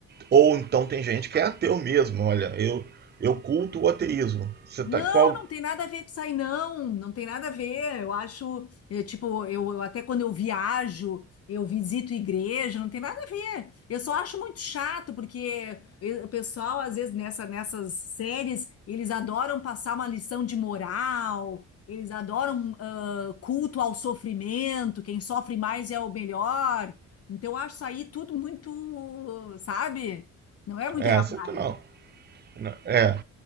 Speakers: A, on the right; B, on the left.
A: ou então tem gente que é ateu mesmo. Olha, eu eu culto o ateísmo. Você
B: Não,
A: tá qual?
B: não tem nada a ver com isso aí, não. Não tem nada a ver. Eu acho, eh, tipo, eu, eu até quando eu viajo, eu visito igreja, não tem nada a ver. Eu só acho muito chato, porque eh, o pessoal, às vezes, nessa, nessas séries, eles adoram passar uma lição de moral, eles adoram, ah, culto ao sofrimento, quem sofre mais é o melhor. Então, eu acho isso aí tudo muito, sabe? Não é muito
A: É,
B: a minha
A: você
B: praia.
A: tá não. Não, É,